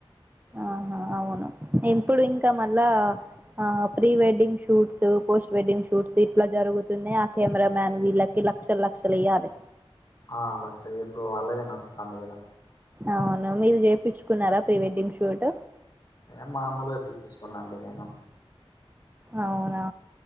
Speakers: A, on the right; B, on the left.
A: ఆహా అవును ఇప్పుడు
B: మ్మ్
A: ఇంకా మళ్ళా ఆ pre wedding shoots post wedding shoots ఇట్లా జరుగుతున్నాయి ఆ కెమెరా మ్యాన్ వీళ్ళకి లక్షలక్షలియ్యాలి
B: ఆ లక్ష ఇప్పుడు వాళ్ళదే నడుస్తంది కదా
A: అవును మీరు చేపించుకున్నారా ప్రీ వెడ్డింగ్ షూట్
B: ఆ మామూలుగా తీప్పించుకున్నా అండి నేను
A: అవునా